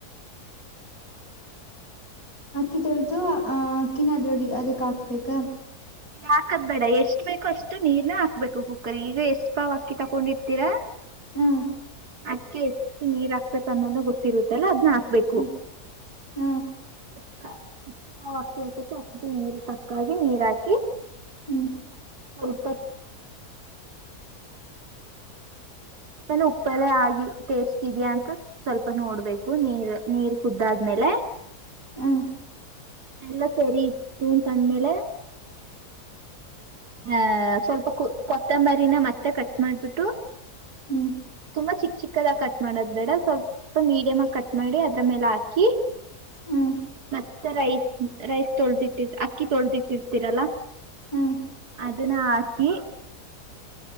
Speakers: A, on the left (about 60°); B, on the right (about 75°).
A: ಅಕ್ಕಿ ತೊಳ್ದು ಅಹ ಅಕ್ಕಿನ ಅದ್ರೊಳಗ್ ಅದಕ್ ಹಾಕ್ಬೇಕ
B: ಇಲ್ಲ ಹಾಕದ್ ಬೇಡ ಎಷ್ಟ ಬೇಕು ಅಷ್ಟು ನೀರ್ನ ಹಾಕ್ಬೇಕು ಕುಕ್ಕರ್ ಈಗ ಎಷ್ಟು ಭಾವ ಅಕ್ಕಿ ತಕೊಂಡಿರ್ತೀರಾ
A: ಹ್ಮ
B: ಅದ್ಕ್ಕೆ ಎಷ್ಟು ನೀರ್ ಹಾಕ್ಬೇಕು ಅನ್ನೋದ ಗೊತ್ತಿರುತ್ತಲ್ಲಾ ಅದ್ ಹಾ ಹಬೇಕು
A: ಹ್ಮ್ ಹ
B: <unintelligible> ಎಷ್ಟು ಪಕ್ಕಿ ಆಕುತ್ತೆ ಅಷ್ಟಿಗೆ ನೀರು ತಕ್ಕ ಹಾಗೆ ನೀರ್ಾಕ <unintelligible>
A: ಹ್ಮ್
B: ಹಾ <inaudible> ಉಪ್ಪದೇ ಆಗಿ ಟೇಸ್ಟ್ ಇದ್ಯಾ ಅಂತ ಸ್ವಲ್ಪ ನೋಡ್ಬೇಕು ನೀರ್ ನೀರ್ ಕುದ್ದಾದ್ಮೇಲೆ
A: ಹ್ಮ
B: ಎಲ್ಲ ಸರಿ ಇತ್ತು ತಂದ್ಮೇಲೆ ಹಹ ಸ್ವಲ್ಪ ಕೊತ್ತಂಬರಿನ ಮತ್ತೆ ಕಟ್ ಮಾಡ್ಬಿಟ್ಟು
A: ಹ್ಮ್
B: ತುಂಬಾ ಚಿಕ್ ಚಿಕ್ಕದಾಗ ಕಟ್ ಮಾಡೋದ್ ಬೇಡ ಸ್ವಲ್ಪ ಮೀಡಿಯಮ್ ಆಗ ಕಟ್ ಮಾಡಿ ಅದ್ರ ಮೇಲೆ ಹಾಕಿ
A: ಹ್ಮ್
B: ಮತ್ತ ರೈಸ್ ರೈಸ್ ತೊಳ್ದಿಟ್ಟಿ ಅಕ್ಕಿ ತೊಳ್ದಿಟ್ಟಿರ್ತೀರಲ್ಲಾ
A: ಹ್ಮ
B: ಅದನ್ನ ಹಾಕಿ